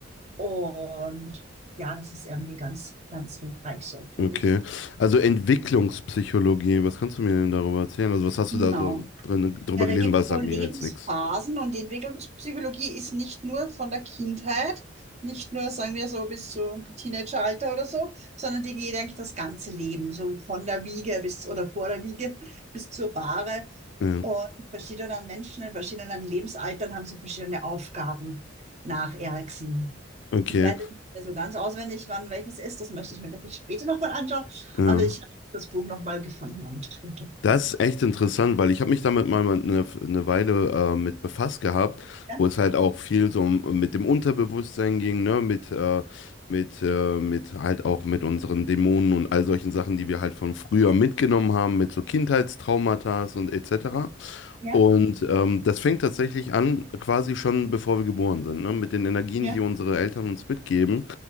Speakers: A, on the right; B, on the left.
A: Und ja, das ist irgendwie ganz, ganz hilfreich so, finde
B: Okay.
A: ich.
B: Also Entwicklungspsychologie, was kannst du mir denn darüber erzählen? Also was hast
A: Genau.
B: du da so drin drüber
A: Ja,
B: gelesen?
A: da gibt
B: Weil
A: es
B: das
A: so
B: sagt
A: Lebensphasen
B: mir ja jetzt nichts.
A: und die Entwicklungspsychologie ist nicht nur von der Kindheit, nicht nur, sagen wir so, bis zum Teenageralter oder so, sondern die geht eigentlich das ganze Leben, so von der Wiege bis oder vor der Wiege bis zur Bahre.
B: Ja.
A: Und verschiedenen Menschen in verschiedenen Lebensaltern haben so verschiedene Aufgaben nach Erikson.
B: Okay.
A: Ich weiß jetzt nicht mehr so ganz auswendig, wann welches ist, das möchte ich mir wirklich später nochmal anschauen,
B: Ja.
A: aber ich habe das Buch nochmal gefunden und und-
B: Das
A: und-
B: ist echt interessant, weil ich habe mich damit mal eine, eine Weile äh, mit befasst gehabt,
A: ja,
B: wo es halt auch viel so um, mit dem Unterbewusstsein ging, ne, mit äh, mit äh, mit halt auch mit unseren Dämonen und all solchen Sachen, die wir halt von früher mitgenommen haben, mit so Kindheitstraumata und etc.
A: ja,
B: Und ähm, das fängt tatsächlich an, quasi schon bevor wir geboren sind, ne? Mit den Energien,
A: ja.
B: die unsere Eltern uns mitgeben